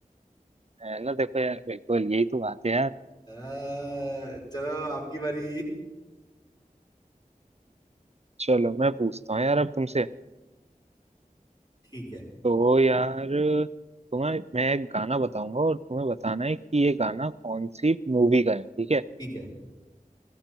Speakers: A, on the right; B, on the left.
A: है ना देखो यार बिल्कुल यही तो बात है यार
B: अह, चलो आपकी बारी
A: चलो मैं पूछता हूँ यार अब तुमसे
B: ठीक है
A: तो यार तुम्हें मैं एक गाना बताऊंगा और तुम्हें बताना है कि ये गाना कौन सी मूवी का है ठीक है
B: ठीक है